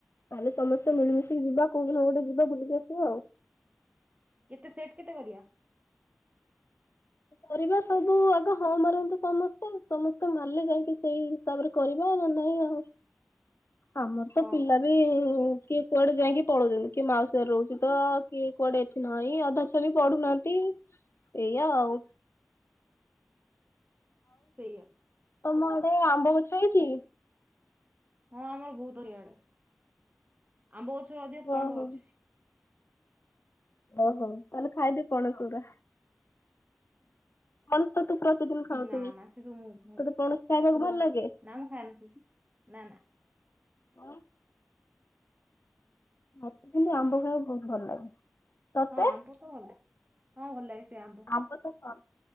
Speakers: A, on the left; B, on the right.
A: ତାହେଲେ ସମସ୍ତେ ମିଳିମିଶିକି ଯିବା କୋଉଠିିନ କୋଉଠେ ଯିବା ବୁଲିକି ଆସିବା ଆଉ।
B: କେତେ ସେଟ୍ କେତେ କରିବା?
A: କରିବା ସବୁ ଆଗ ହଁ ମାରନ୍ତୁ ସମସ୍ତେ ସମସ୍ତେ ମାରିଲେ ଯାଇକି ସେଇ ତାପରେ କରିବା ଆ ନହେଲେ ନାଇଁ ଆଉ ଆମର ତ
B: ହଁ
A: ପିଲା କିଏ କୁଆଡେ ଯାଇକି ପଳଉଛନ୍ତି କିଏ ମାଉସୀଘରେ ରହୁଛି ତ କିଏ କୁଆଡେ ନାଇଁ ଅଧା ଛୁଆ ବି ପଢୁନାହାନ୍ତି। ଏଇଆ ଆଉ।
B: ସେଇୟା।
A: ତମଆଡେ ଆମ୍ବ ଗଛ ହେଇଛି?
B: ହଁ ଆମର ବହୁତ ଏଇଆଡେ ଅଛି ଆମ୍ବ ଗଛ ରୁ ଅଧିକ ପଣସ
A: ଓହୋ
B: ଗଛ ଅଛି।
A: ଓହୋ ତାହେଲେ ଖାଇଦେ ପଣସ ଗୁରା। କଣ ତ ତୁ ପ୍ରତିଦିନ ଖାଉ
B: ନା
A: ଥିବୁ
B: ନା ସେ ସବୁ ମୁଁ
A: ତୋତେ ପଣସ ଖାଇବାକୁ ଭଲ ଲାଗେ।
B: ନା ମୁଁ ଖାଏନା ସେ ସବୁ। ନା ନା।
A: <unintelligible> ମତେ କିନ୍ତୁ ଆମ୍ବ ଖାଇବା ବହୁତ ଭଲ ଲାଗେ। ତତେ?
B: ହଁ ଆମ୍ବ ତ ହଁ ଭଲ ଲାଗେ ସେ ଆମ୍ବ।
A: ଆମ୍ବ ତ କ